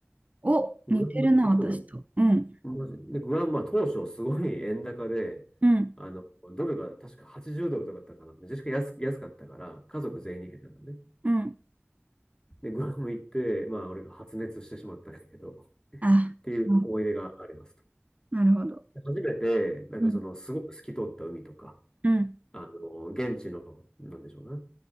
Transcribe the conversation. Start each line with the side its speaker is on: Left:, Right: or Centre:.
Right: お、
Left: グアム、
Right: 似てるな、私と。
Left: そ
Right: うん、
Left: う、マジで、グアム、まあ当初すごい <laughs> 円高で、
Right: うん、
Left: あの、ドルが確か80ドルとかだったかな。めちゃくちゃ安、安かったから、家族全員に行けたのね。
Right: うん。
Left: で、グアム行って、まあ俺が発熱してしまったんだけど、
Right: あ、
Left: っていう思い出がありますと。
Right: あなるほど。
Left: 初めて、なんかその、
Right: うん、
Left: すごく透き通った海とか、
Right: うん、
Left: あの、現地の、なんでしょうね。